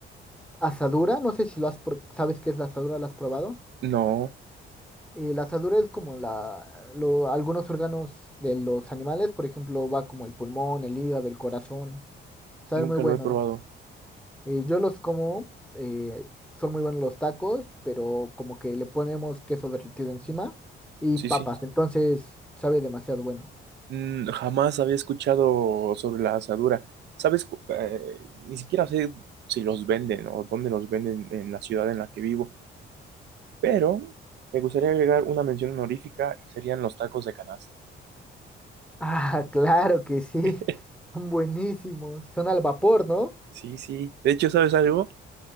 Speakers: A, in the centre; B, on the right.
A: asadura. No sé si lo has, pro- sabes qué es la asadura, ¿la has probado?
B: No,
A: Eh, la asadura es como la, lo- algunos órganos de los animales, por ejemplo, va como el pulmón, el hígado, el corazón. Saben
B: nunca
A: muy buenos.
B: lo he probado.
A: Eh, yo los como, eh, son muy buenos los tacos, pero como que le ponemos queso derretido encima y
B: Sí,
A: papas,
B: sí.
A: entonces sabe demasiado bueno. <laughs>
B: Mm, jamás había escuchado sobre la asadura. ¿Sabes? cu- eh, ni siquiera sé si los venden o dónde los venden en la ciudad en la que vivo, pero me gustaría agregar una mención honorífica y serían los tacos de canasta.
A: Ah, claro que sí,
B: <laughs>
A: son buenísimos, son al vapor, ¿no?
B: Sí, sí. De hecho, ¿sabes algo?